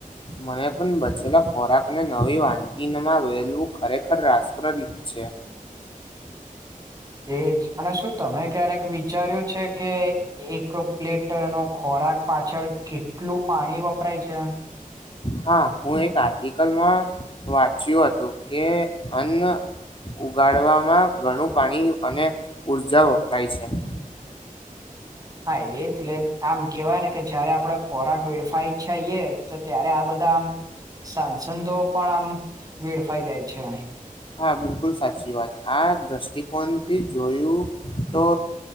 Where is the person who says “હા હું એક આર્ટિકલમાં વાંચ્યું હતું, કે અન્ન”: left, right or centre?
Left